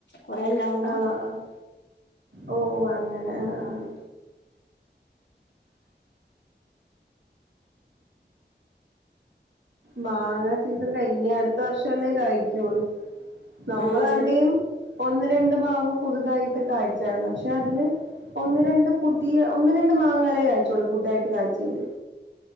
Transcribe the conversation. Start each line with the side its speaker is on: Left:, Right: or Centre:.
Left: കൊറേ ഉണ്ടാവുമ്പോ
Right: ആഹ് ആഹ് ഓ അങ്ങനെ ആഹ് ആഹ് മാങ്ങ സീസൺ കഴിഞ്ഞ് ഇനി അടുത്ത വർഷല്ലേ കായ്ക്കൊള്ളൂ. നമ്മളെ
Left: ആഹ് അതെ
Right: അവിടെയും ഒന്ന് രണ്ട് മാവ് പുതുതായിട്ട് കായ്ചായിരുന്നു. പക്ഷെ അതില് ഒന്ന് രണ്ട് പുതിയ ഒന്ന് രണ്ട് മാങ്ങകളെ കായ്ച്ചൊള്ളൂ പുതുതായിട്ട് കായ്ച്ചേല്.